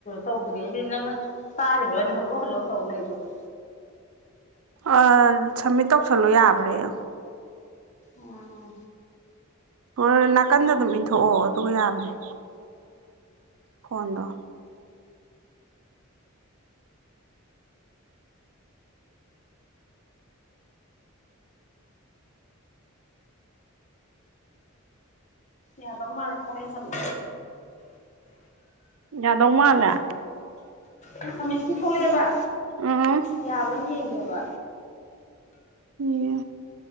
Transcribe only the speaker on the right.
ꯑ ꯁꯝꯃꯤꯠ ꯇꯧꯁꯜꯂꯣ ꯌꯥꯕ꯭ꯔꯥ ꯌꯦꯡꯉꫭ
ꯍꯣꯏ ꯅꯥꯀꯟꯗ ꯑꯗꯨꯝ ꯏꯟꯊꯣꯛꯑꯣ ꯑꯗꯨꯒ ꯌꯥꯕꯅꯦ ꯐꯣꯟꯗꯣ
ꯌꯥꯗꯧ ꯃꯥꯂꯦ
ꯎꯝ
ꯌꯦ